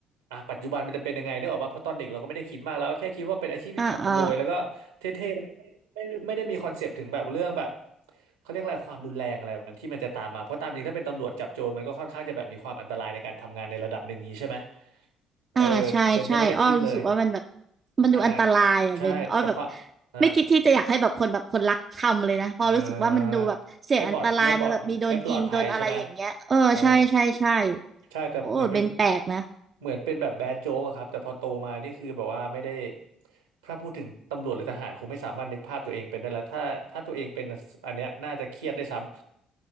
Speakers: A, on the right (about 80°); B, on the right (about 40°).
A: อ่ะปัจจุบันมันจะเป็นยังไงเนี่ยออกมาเพราะตอนเด็กเราก็ไม่ได้คิดมากแล้วแค่คิดว่าเป็นอาชีพที่จับขโมยแล้วก็เท่ๆแล้ว
B: อ่าอ่า
A: ไม่ไม่ไม่ได้มีคอนเซปต์ถึงแบบเรื่องแบบเขาเรียกอะไรความรุนแรงอะไรแบบนั้นที่มันจะตามมาเพราะตามจริงถ้าเป็นตำรวจจับโจรมันก็ค่อนข้างจะแบบมีความอันตรายในการทำงานในระดับหนึ่งนี้ใช่ไหมเออเบนก็ไม่ได้คิดเลย
B: อ่าใช่ใช่อ้อรู้สึกว่ามันแบบมันดูอันตรายอ่ะเบนอ้อแบบ
A: ใช่ใช่แต่ความอ่า
B: ไม่คิดที่จะอยากให้แบบคนแบบคนรักทำเลยนะเพอรู้สึกว่ามันดูแบบเสี่ยงอันตรายมาแบบมีโดนยิงโดนอะไรอย่างเงี้ยเออใช่ใช่ใช่
A: เออไม่ปลอดไม่ปลอดไม่ปลอดภัยใช่ไหมใช่ใช่แต่เหมือนเป็น
B: โอ้เบนแปลกนะ
A: เหมือนเป็นแบบแบดโจ๊กอะครับแต่พอโตมานี่คือแบบว่าไม่ได้ถ้าพูดถึงตำรวจหรือทหารคงไม่สามารถนึกภาพตัวเองเป็นได้แล้วถ้าถ้าตัวเองเป็นอันเนี้ยน่าจะเครียดได้วยซ้ำ